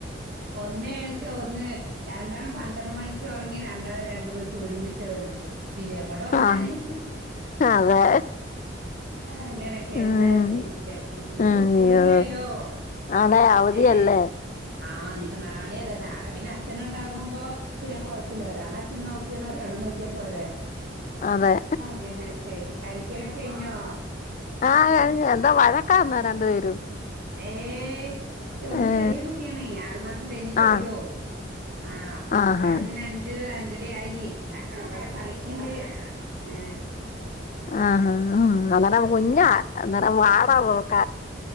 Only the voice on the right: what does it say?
ഒന്ന് എണിച്ചാ ഒന്ന് രണ്ടെണ്ണം പന്ത്രണ്ട് മണിക്ക് ഒറങ്ങി. രണ്ടാളും രണ്ടു മണിക്ക് ഒരുമിച്ച് എണ്ച്ചു. പിന്നെ എവി ഇവിടെ ഉറങ്ങാണ്
അങ്ങനൊക്കെ
എന്താ വയ്യ ഇന്നിപ്പോ
സ്കൂളൾ ഇല്ലല്ലോ
ഏ ആഹ് ഇനിയിപ്പോ നാളെ അതെ നാളെ പിന്നെ അച്ഛന ഉണ്ടാകുമ്പോ പിന്നെ കൊഴപ്പമില്ല ഒരാളെ അച്ഛൻ നോക്കീ ഒരാള നോക്കിയാ പോരെ
അങ്ങനെ <unintelligible> കഴിക്കലൊക്കെ കഴിഞ്ഞോ
ഏഹ് ഒന്ന്
ചെറിയ കുട്ടിയാണേ ആറു മാസം കഴിഞ്ഞിട്ടെ
ഒള്ളൂ ആഹ്
ഒരാൾ പിന്നെ അഞ്ച് അഞ്ച് ഒ ആയി രണ്ടാളും ഇവിടെ ട കളിക്ക് ഉണ്ട് ഏ